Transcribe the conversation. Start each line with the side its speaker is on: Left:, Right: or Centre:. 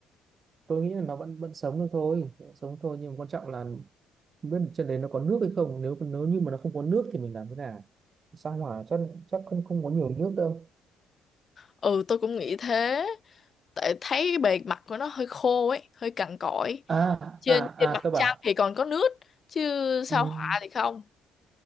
Right: tôi nghĩ là nó vẫn vẫn sống được thôi vẫn sống thôi nhưng mà quan trọng là Không biết trên đấy nó có nước hay không nếu nếu như mà nó không có nước thì mình làm thế nào sao hỏa chắc chắc không không có nhiều nước đâu
Left: ừ tôi cũng nghĩ thế tại thấy bề mặt của nó hơi khô ấy hơi cằn cỗi
Right: à
Left: trên
Right: à
Left: trên mặt
Right: à tôi bảo
Left: trăng thì còn có nước chứ sao
Right: ừm,
Left: họa thì không